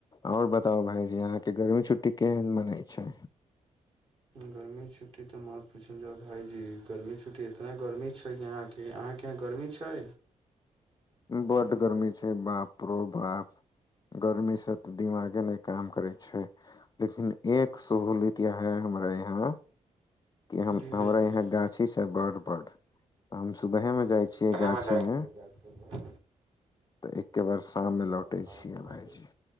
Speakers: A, on the left; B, on the right.
A: आओर बताउ भायजी अहाँके गर्मी छुट्टी केहन मनै छै।
B: गर्मी छुट्टी तऽ मत पूछल जाउ भायजी गर्मी छुट्टी इतना गर्मी छै जे अहाँके अहाँके यहाँ गर्मी छै।
A: बड गर्मी छै बाप रो बाप गर्मी से तऽ दिमागे नहि काम करै छै लेकिन एक सहूलियत य है हमरा यहाँ कि हम
B: जी
A: हमरा
B: भाइजी
A: यहाँ गाछी छ बड्ड बडु हम सुबहे में जाइ
B: मे
A: छियै गाछी
B: जाछी
A: मे
B: मे
A: तऽ एके बार शाम मे लौटे
B: ब शाम
A: छियै
B: मे लौ
A: भायजी